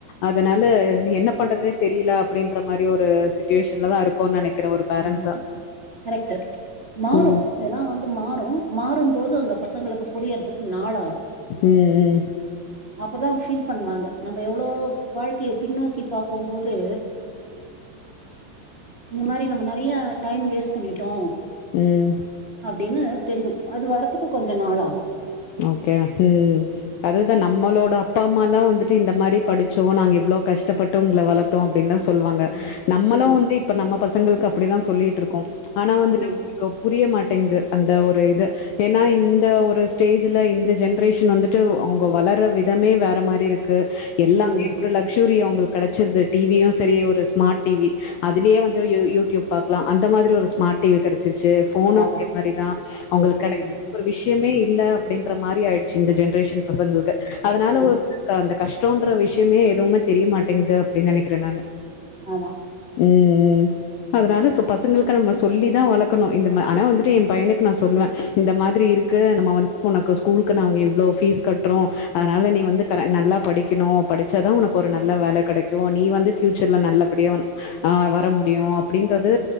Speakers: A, on the left; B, on the right.
A: அதனால என்ன பண்றதுனே தெரியில அப்டின்ற மாரி ஒரு சிட்டுவேஷன்லதா இருக் கோனு நெனைக்கிறே ஒரு பேரண்ட்ஸா
B: ம் கரெக்ட்டு மாறு
A: ம்.
B: எல்லா வந்து மாறு மாறுபோது அந்த பசங்களுக்கு புரியறதுக்கு நாள் ஆகு
A: ம், ம்,
B: அப்பதா ஃபீல் பண்ணுவாங்க நம்ம எவ்ளோ வாழ்க்கைய பின்னோக்கி பாக்கு போது இந்த மாரி நம்ம நெறயா டைம் வேஸ்ட் பண்ணிட்டோ
A: ம்
B: அப்டின்னு தெரியு அது வர்றதுக்கு கொஞ்ச நாள் ஆகு
A: ஓகே ம் அதுதா நம்மளோட அப்பா அம்மாலா வந்துட்டு இந்த மாரி படிச்சோ நாங்க இவ்ளோ கஷ்டப்பட்டு உங்கள வளத் தோ அப்டின்ல சொல்வாங்க
B: ம்
A: நம்மளு
B: ம்
A: வந்து இப்ப நம்ம பசங்களுக்கு அப்டிதா சொல்லிட்டு இருக்கோ ஆனா வந்து
B: ம்
A: <inaudible> ளுக்கு புரிய மாட்டேங்குது அந்த ஒரு இது ஏன்னா இந்த ஒரு ஸ்டேஜ்ல இந்த ஜென்ரேஷன் வந்துட்டு அவுங்க வளர்ற விதமே வேற மாரி இருக்கு எல்லாமே
B: ம்
A: ஒரு லக்சுரி அவுங்களுக்கு கடைச்சிருது டி வி யு சரி ஒரு ஸ்மார்ட் டி வி அதுலயே வந்து யூ யூடியூப் பாக்கலா அந்த மாதிரி ஒரு ஸ்மார்ட் டி வி கெடச்சிருச்சு ஃபோனு
B: அதா
A: அதே மாரி தா அவுங்களுக்கு
B: ம்
A: கெடைக்காத ஒரு விஷ்யமே இல்ல அப்டின்ற மாரி ஆயிடுச்சு இந்த ஜென்ரேஷன் பசங்களுக்கு அதனால
B: ம்
A: ஒரு <unintelligible> அந்த கஷ்டம்ன்ற விஷ்யமே எதுவுமே தெரியமாட்டேங்குது அப்டின்னு நெனைக்கிறே நானு
B: அதா
A: ம் ம் அதனால சோ பசங்களுக் கு நம்ம சொல்லி தா வளக்கணு இந்தமா ஆனா வந்துட்டு எ பையனுக்கு நா சொல்வ இந்த மாதிரி இருக்கு நம்ம வந் உனக்கு ஸ்கூலுக்கு நாங்க இவ்ளோ ஃபீஸ் கட்றோ அதனால நீ <inaudible> வந்து நல்லா படிக்கணு படிச்சாதா உனக்கு ஒரு நல்ல வேல கெடைக்கு நீ வந்து ஃபியூச்சர்ல நல்ல படியா ஒன் ஆ வர முடியு அப்டின்றது